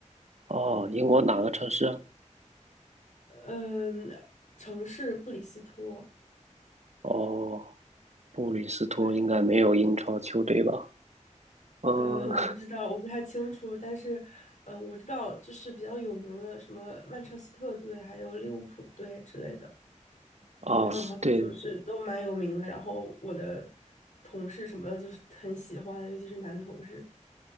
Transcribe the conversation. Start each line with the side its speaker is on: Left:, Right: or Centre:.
Right: 哦，英国哪个城市啊？
Left: 嗯，城市布里斯托，
Right: 哦，布里斯托应该没有英超球队吧？
Left: 对，
Right: 嗯，
Left: 呃，我不知道，我不太清楚，但是，嗯，我知道就是比较有名的什么曼彻斯特队，还有利物浦队之类的。
Right: <laughs> 哦，
Left: 他们好像就是都蛮有名的，
Right: 对，
Left: 然后我的同事什么的就是很喜欢，尤其是男同事，